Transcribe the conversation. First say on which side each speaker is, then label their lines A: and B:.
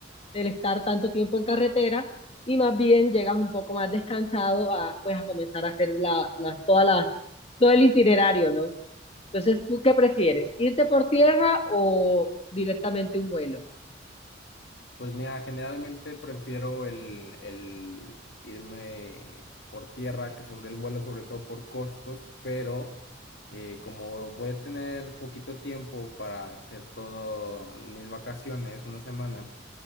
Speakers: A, on the left (about 35°); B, on the left (about 65°).
A: el estar tanto tiempo en carretera y más bien llegas un poco más descansado a pues a comenzar a hacer la, las, todas las, todo el itinerario, ¿no? Entonces, ¿tú qué prefieres? ¿Irte por tierra o directamente un vuelo?
B: Pues mira, generalmente prefiero el, el irme por tierra que sobre el vuelo, sobre todo por costos, pero eh, como voy a tener poquito tiempo para hacer todas mis vacaciones, una semana,